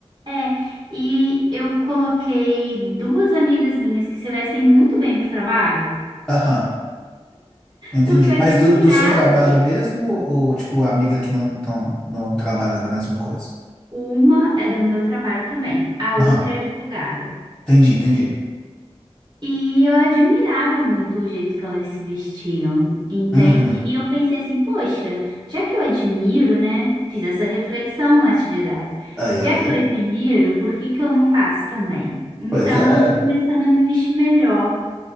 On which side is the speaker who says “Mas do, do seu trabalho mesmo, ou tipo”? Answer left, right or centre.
Centre